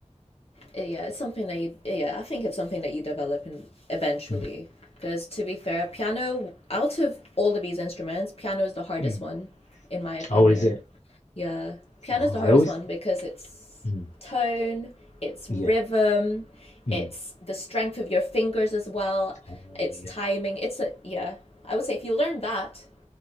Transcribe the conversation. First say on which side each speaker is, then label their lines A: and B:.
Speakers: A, on the left; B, on the left.
A: yeah, it's something that you yeah, I think it's something that you develop in eventually.
B: Mm,
A: Because to be fair, piano out of all of these instruments, piano is the hardest
B: mm.
A: one, in my opinion.
B: Oh, is it?
A: Yeah, piano
B: Oh,
A: is the
B: I
A: hardest
B: always.
A: one because it's
B: Mm,
A: tone, it's
B: yeah.
A: rhythm,
B: Mm.
A: it's the strength of your fingers as well,
B: Oh,
A: it's
B: yeah.
A: timing. It's a yeah. I would say if you learn that,